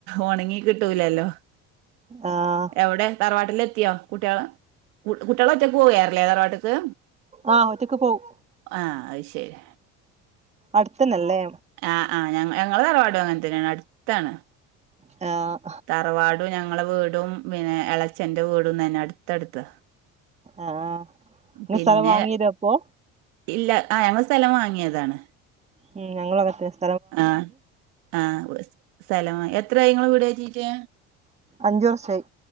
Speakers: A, on the right; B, on the right.
A: ഒണങ്ങി കിട്ടൂലല്ലോ
B: ആഹ്
A: എവടെ തറവാട്ടിലെത്യോ കുട്ട്യാള് കുട്ട്യാള് ഒറ്റയ്ക്ക് പോകാറില്ലേ തറവാട്ട്ക്ക്
B: ആ ഒറ്റക്ക് പോകും
A: ആഹ് അത് ശരി
B: അട്ത്തന്നല്ലേ
A: ആ ആ ഞ ഞങ്ങളെ തറവാടും അങ്ങൻത്തെന്നെണ് അട്ത്താണ്
B: ആ
A: തറവാടും ഞങ്ങളെ വീടും പിന്നെ ഇളേച്ഛന്റെ വീടും തന്നെ അട്ത്തട്ത്താ
B: ആ ങ്ങള്
A: പിന്നെ
B: സ്ഥലം വാങ്ങീലാപ്പൊ
A: ഇല്ല ആ ഞങ്ങൾ സ്ഥലം വാങ്യേതാണ്
B: ഉം ഞങ്ങളും അങ്ങൻത്തെന്നെ
A: ആ ആ സ്ഥലം വാങ്ങി എത്രായി ങ്ങള് വീട് കേറ്റിറ്റ്
B: അഞ്ചു വർഷായി